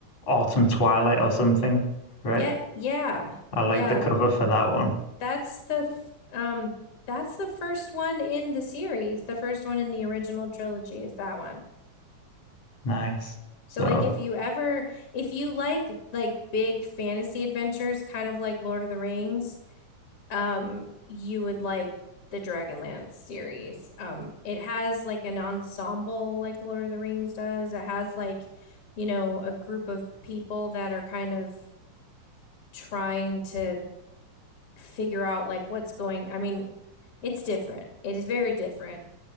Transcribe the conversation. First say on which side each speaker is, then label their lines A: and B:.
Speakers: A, on the left; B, on the left.
A: Autumn Twilight or something, right?
B: Yeah, yeah.
A: I like
B: Yeah,
A: the cover for that one.
B: that's the f- um that's the first one in the series. The first one in the original trilogy is that one.
A: Nice.
B: So
A: So
B: like if you ever if you like like big fantasy adventures kind of like Lord of the Rings, um you would like the Dragonlance series. Um it has like an ensemble like Lord of the Rings does. It has like, you know, a group of people that are kind of trying to figure out like what's going. I mean, it's different. It is very different,